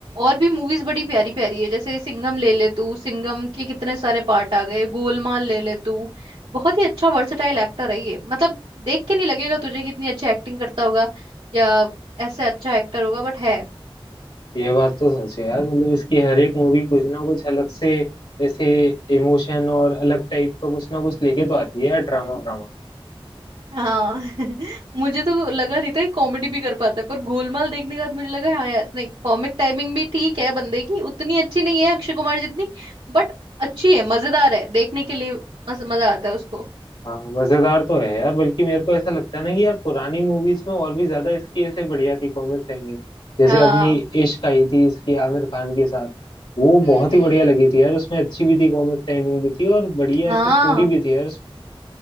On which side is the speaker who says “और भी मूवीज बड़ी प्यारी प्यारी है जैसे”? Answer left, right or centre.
Right